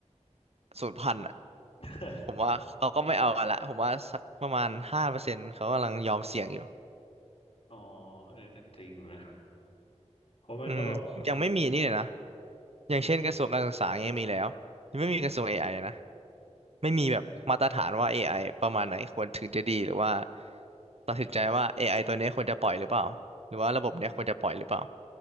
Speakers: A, on the right; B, on the left.
A: สูญพันธุ์อะ
B: <laughs>
A: ผมว่าเขาก็ไม่เอากันละผมว่าสักประมาณห้าเปอร์เซ็นต์เขากำลังยอมเสี่ยงอยู่
B: อ๋อเออก็จริงนะเพราะมันก็แบบอืม
A: อืมยังไม่มีนี่เลยนะอย่างเช่นกระทรวงการศึกษาเงี้ยมีแล้วยังไม่มีกระทรวงเอไอนะ ไม่มีแบบมาตรฐานว่า AI ประมาณไหนควรถึงจะดีหรือว่าตัดสินใจว่าเอไอตัวเนี้ยควรจะปล่อยหรือเปล่าหรือว่าระบบเนี้ยควรจะปล่อยหรือเปล่า